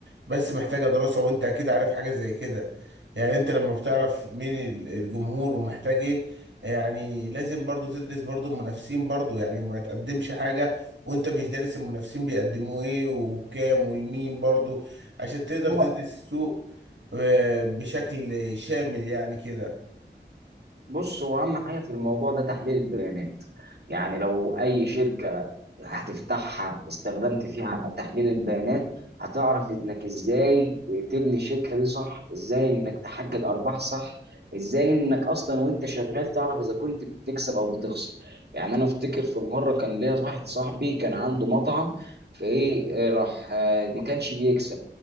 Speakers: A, on the right (about 85°); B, on the right (about 60°).
A: بس محتاجة دراسة وانت اكيد عارف حاجة زي كده يعني انت لما بتعرف مين ال- الجمهور ومحتاج ايه يعني لازم برضو تدرس برضو المنافسين برضو يعني ما تقدمش حاجة وانت مش دارس المنافسين بيقدموا ايه وبكام والمين برضو عشان تقدر
B: لا
A: تدرس السوق آه، بشكل شامل يعني كده
B: بص هو اهم حاجه في الموضوع ده تحليل البيانات يعني لو اي شركه هتفتحها استخدمت فيها تحليل البيانات هتعرف انك ازاي تبني الشركه دي صح ازاي انك تحقق ارباح صح ازاي انك اصلا وانت شغال تعرف اذا كنت بتكسب او بتخسر يعني انا افتكر في مره كان ليا واحد صاحبي كان عنده مطعم فايه إيه، راح آه، ما كانش بيكسب